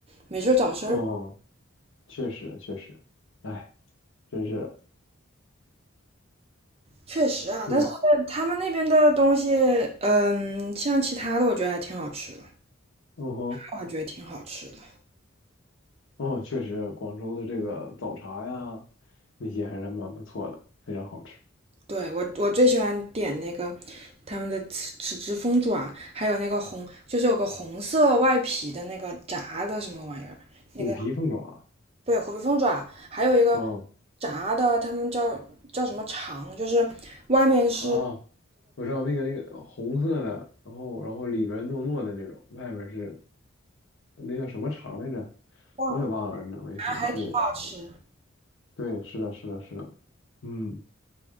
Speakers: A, on the right; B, on the left.
A: 没事儿找事儿吗？
B: 哦，确实确实，哎，真是的
A: 确实啊，
B: 这个，
A: 但是他们那边的东西，嗯，像其他的，我觉得还挺好吃的，
B: 嗯哼，
A: 我还觉得挺好吃的。
B: 哦，确实，广州的这个早茶呀，那些还是蛮不错的，非常好吃。
A: 对，我我最喜欢点那个他们的豉豉汁凤爪，还有那个红，就是有个红色外皮的那个炸的什么玩意儿，那个
B: 虎皮凤爪啊，
A: 对虎皮凤爪，还有一个
B: 嗯。
A: 炸的，他们叫叫什么肠，就是外面是
B: 啊，我知道那个那个红色的，然后然后里边糯糯的那种，外边是那叫什么肠来着？
A: 忘了。
B: 我也忘了，你怎么一说？
A: 还挺好吃。
B: 对对，是的，是的，是的，嗯，